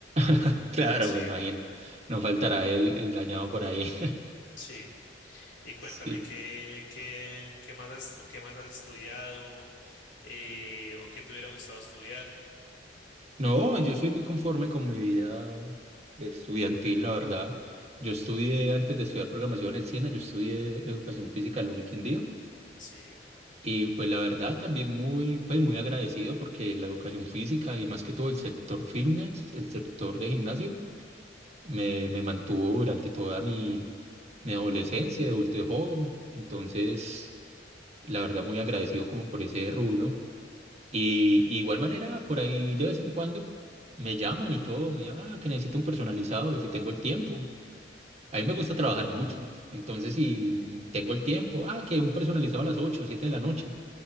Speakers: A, on the right; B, on the left.
A: <laughs> Claro,
B: Sí,
A: me imagino. No faltará el, el dañado por ahí. <laughs>
B: sí. Y cuéntame,
A: Sí.
B: ¿qué, qué, qué más has, qué más has estudiado eh, o qué te hubiera gustado estudiar?
A: No, yo soy muy conforme con mi vida estudiantil, la verdad. Yo estudié, antes de estudiar programación en el SENA, yo estudié educación física en la Uniquindío.
B: Sí,
A: Y pues la verdad también muy, pues muy agradecido porque la educación física y más que todo el sector fitness, el sector de gimnasio, me, me mantuvo durante toda mi, mi adolescencia, de adulto joven. Entonces, la verdad muy agradecido como por ese rubro. Y, y igual manera, por ahí de vez en cuando me llaman y todo, me llaman, ah, que necesito un personalizado y si tengo el tiempo. A mí me gusta trabajar mucho. Entonces, si tengo el tiempo, ah, que un personalizado a las 8 7 de la noche.